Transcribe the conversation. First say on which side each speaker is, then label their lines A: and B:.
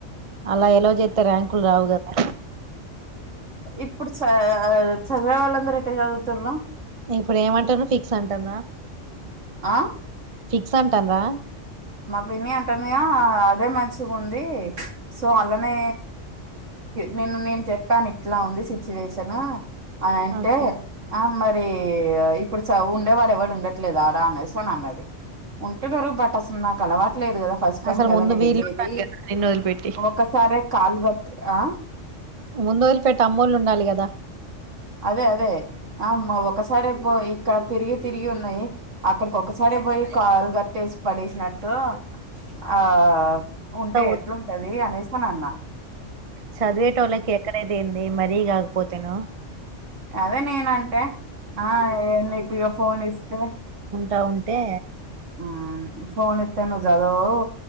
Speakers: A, on the right; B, on the right.
A: అలా ఎలో చేతే ర్యాంకులు రావు కదా
B: ఇప్పుడు స అ చదివేవాళ్లు అందరు ఎట్టా చదువుతారో
A: ఇప్పుడు ఏమంటారు ఫిక్స్ అంటార
B: ఆ
A: ఫిక్స్ అంటారా
B: మా పిన్ని అంటుందిగా అదే మంచిగా ఉంది సో అలానే నిన్న నేను చెప్పాను ఇట్లా ఉంది సిచ్యువేషన్ అని అంటే
A: ఓకే.
B: ఆ మరి ఇప్పుడు చ ఉండేవాడు ఎవడు ఉండట్లేదు ఆడా అనేస్తాను అన్నది ఉంటడు బట్ అస మకలవటి లేదు కదా ఫస్ట్ టైం
A: అసలు
B: కదా
A: ముందు
B: నేను
A: వీళ్ళు
B: వెళ్ళేది
A: ఉండాలి కదా! నిన్ను వదిలిపెట్టి.
B: ఒకసారే కాలు కట్టి ఆ
A: ముందు వదిలిపెట్టి అమ్మోళ్లు ఉండాలి కదా
B: అదే అదే ఆ అమ్మ ఒకసారి పో ఇక్కడ తిరిగి తిరిగి ఉన్నాయి అక్కడికి ఒకసారే పోయి కాలు కట్టేసి పడేసినట్టు ఆ ఉంటే
A: ద్
B: ఎట్లుంటది అనేసి అని అన్నా
A: చదివేటోళ్ళకి ఎక్కడైన ఏంది మరీ కాకపోతేన
B: అదే నేనా అంటే ఆ నీకు ఇక ఫోన్ ఇస్తే
A: అంటా ఉంటే
B: ఆ ఫోన్ ఇస్తే నువ్వు చదవు